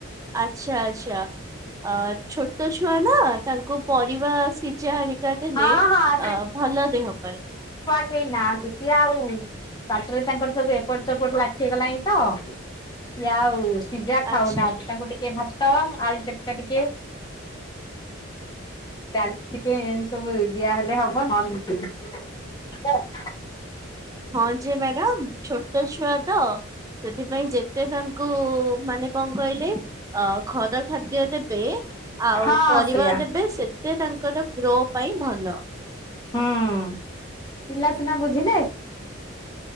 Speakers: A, on the right; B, on the left.
A: ଆଛା ଆଚ୍ଛା। ଅ ଛୋଟ ଛୁଆ ନା ତାଙ୍କୁ ପରିବା ସିଝା ହେରିକା ଦେଲେ
B: ହଁ
A: ଅ
B: ହଁ
A: ଭଲ ଦେହ ପାଇଁ।
B: ସେଇ ନାହାତି। ସିଏ ଆଉ ପାଟିରେ ତାଙ୍କର ସବୁ ଏପଟ ଚପଟ ଲାଖି ଗଲାଣି ତ ସିଏ ଆଉ ସିଜା
A: ଆଚ୍ଛା
B: ଖାଉନା ତାଙ୍କୁ ଟିକେ ଟିକେ ଭାତ, ଆଳୁ ଚକାଟା ଟିକେ ଆଳୁ ଟିକେ ଏମିତି ସବୁ ଦିଆ ହେଲେ ହବ ନହେଲେ ନାହିଁ।
A: ହଁ ଯେ ମ୍ୟାଡାମ ଛୋଟ ଛୁଆ ତ ସେଥିପାଇଁ ଯେ ସେ ତାଙ୍କୁ-ଉ-ଉ-ଉ ମାନେ କଣ କହିଲେ ଅ ଘର ଖାଦ୍ୟ ଦେବେ ଆଉ
B: ହଁ
A: ପରିବା
B: ସେଇଆ
A: ଦେବେ ସେତେ ତାଙ୍କର ରୋ ପାଇଁ ଭଲ।
B: ହୁଁ ପିଲା ସିନା ବୁଝିଲେ